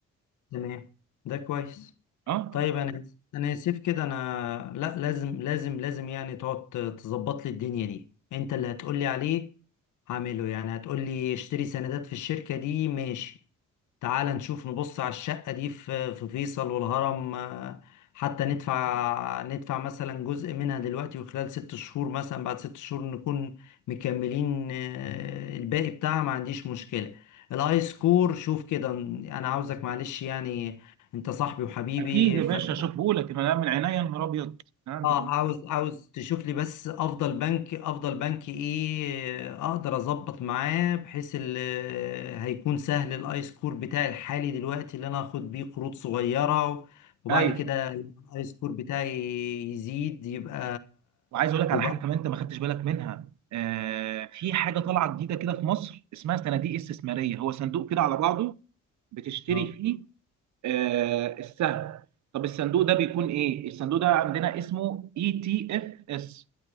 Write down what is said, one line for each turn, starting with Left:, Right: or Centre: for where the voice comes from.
Left: تمام ده كويس
Right: اه
Left: طيب انا آسف- انا اسف كده انا لا لازم لازم لازم يعني تقعد ت- تظبط لي الدنيا دي انت اللي هتقول لي عليه هعمله يعني هتقول لي اشتري سندات في الشركة دي ماشي تعال نشوف نبص على الشقة دي في في فيصل والهرم آه، حتى ندفع ندفع مثلا جزء منها دلوقتي وخلال ست شهور مثلا بعد ست شهور نكون مكملين آه، الباقي بتاعها ما عنديش مشكلة الاي سكور شوف كده انا عاوزك معلش يعني انت صاحبي وحبيبي
Right: اكيد يا
Left: فانا
Right: باشا اشوفه لك انا من عينيا يا نهار ابيض آه،
Left: اه
Right: انت تؤمر
Left: عاوز عاوز تشوف لي بس افضل بنك افضل بنك ايه اقدر اظبط معاه بحيث ال- هيكون سهل الاي سكور بتاعي الحالي دلوقتي اللي انا اخد بيه قروض صغيرة وبعد
Right: ايوه
Left: كده الاي سكور بتاعي يزيد يبقى
Right: وعايز اقول لك على
Left: يبقى
Right: حاجه كمان انت ما خدتش بالك منها آه في حاجه طالعه جديده كده في مصر اسمها صناديق استثماريه هو صندوق كده على بعضه بتشتري
Left: اه
Right: فيه آه السهم طب الصندوق ده بيكون ايه الصندوق ده عندنا اسمه اي تي اف اس